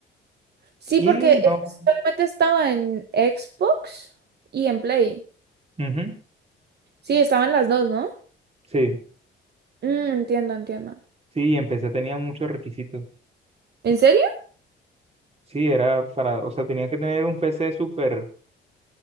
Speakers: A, on the right; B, on the right.
A: Sí, porque
B: Y no,
A: eh, solamente estaba en Xbox y en Play.
B: ujú,
A: Sí, estaban las dos, ¿no?
B: sí,
A: Mm, entiendo, entiendo.
B: sí, y empecé tenía muchos requisitos.
A: ¿En serio?
B: Sí, era para, o sea, tenía que tener un PC súper,